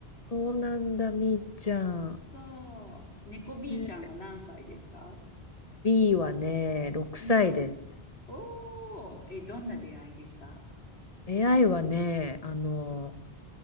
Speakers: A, on the left; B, on the left.
A: そうなんだ、みーちゃん。
B: そう。猫 B
A: で
B: ちゃんは何歳ですか
A: B はね、6歳です。
B: うん。おー、え、どんな出会いでした
A: 出会いはね、あの、